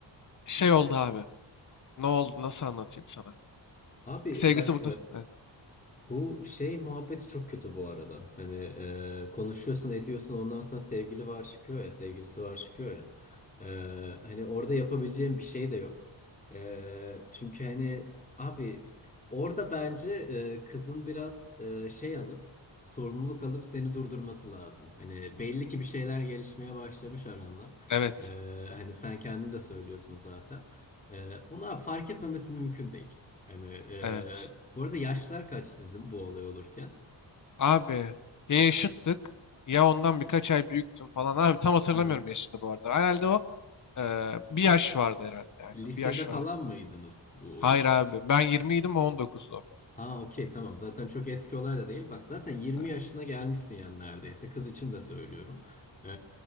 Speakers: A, on the left (about 40°); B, on the left (about 20°).
A: şey oldu abi. Ne oldu nasıl anlatayım sana?
B: Abi
A: Sevgilisi
B: bak
A: burada. evet.
B: Bu şey muhabbeti çok kötü bu arada. Hani e, konuşuyorsun ediyorsun ondan sonra sevgili var çıkıyor ya sevgilisi var çıkıyor ya. E, hani orada yapabileceğim bir şey de yok. E, çünkü hani abi orada bence e, kızın biraz e, şey alıp sorumluluk alıp seni durdurması lazım. Hani belli ki bir şeyler gelişmeye başlamış aranla.
A: Evet,
B: E, hani sen kendin de söylüyorsun zaten. E, ona fark etmemesi mümkün değil. Yani eee,
A: evet.
B: bu arada yaşlar kaç sizin bu olay olurken?
A: Abi ya yaşıttık ya ondan birkaç ay büyüktüm falan. Abi tam hatırlamıyorum
B: Hı.
A: yaşını bu arada. Herhalde o eee, bir yaş vardı herhalde. Aynen
B: Lisede
A: bir yaş
B: falan
A: vardı.
B: mıydınız bu
A: Hayır
B: olurken?
A: abi ben 20 idim o 19'du.
B: Ha okey tamam zaten çok eski olay da değil. Bak zaten 20
A: Ha,
B: yaşına gelmişsin yani neredeyse. Kız için de söylüyorum. Ee,